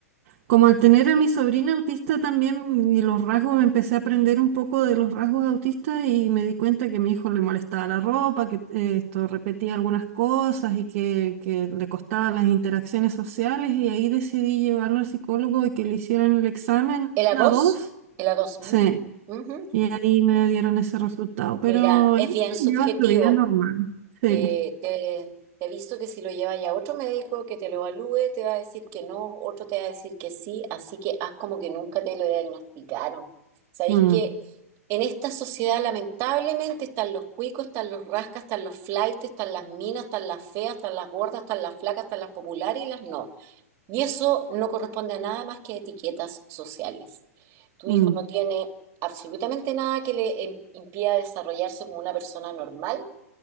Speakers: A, on the right; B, on the right.
A: Como al tener a mi sobrina autista también y los rasgos, empecé a aprender un poco de los rasgos autistas y me di cuenta que a mi hijo le molestaba la ropa, que eh, esto repetía algunas cosas y que, que le costaban las interacciones sociales y ahí decidí llevarlo al psicólogo y que le hicieran el examen
B: ¿El A
A: a
B: dos,
A: dos.
B: ¿El A dos.
A: Sí,
B: ¿Mm? Ujú.
A: y ahí me dieron ese resultado, pero
B: Mira, es
A: él
B: bien subjetivo.
A: lleva su vida normal. Sí.
B: Eh, te, te aviso que si lo llevas ya a otro médico que te lo evalúe, te va a decir que no, otro te va a decir que sí, así que haz como que nunca te lo diagnosticaron. Sabéis
A: Mm,
B: que en esta sociedad lamentablemente están los cuicos, están los rascas, están los flaites, están las minas, están las feas, están las gordas, están las flacas, están las populares y las no. Y eso no corresponde a nada más que a etiquetas sociales. Tu
A: mm,
B: hijo no tiene absolutamente nada que le em- impida desarrollarse como una persona normal